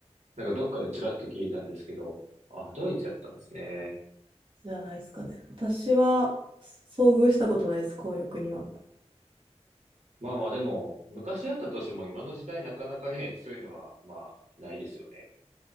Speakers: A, on the right; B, on the right.
A: なんかどっかでちらっと聞いたんですけど、あ、ドイツやったんですね。
B: じゃないですかね。私は遭遇したことないです、混浴には。
A: まあまあでも、昔やったとしても今の時代なかなかね、<laughs> そういうのは、まあ、ないですよね。